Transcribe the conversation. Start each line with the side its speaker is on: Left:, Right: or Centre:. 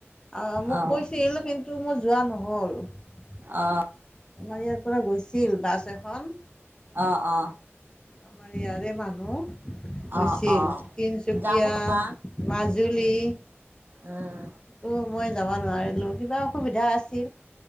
Left: আহ মোক
Right: অ
Left: কৈছিল, কিন্তু মোৰ যোৱা নহ'ল। আমাৰ
Right: অ
Left: ইয়াৰ পৰা গৈছিল বাছ এখন।
Right: অ অ
Left: আমাৰ ইয়াৰে মানুহ গৈছিল,
Right: অ অ
Left: তিনচু
Right: যাব
Left: কীয়া,
Right: পাৰা
Left: মাজুলী।
Right: উম উম।
Left: অ' মই যাব নোৱাৰিলো। কিবা অসুবিধা আছ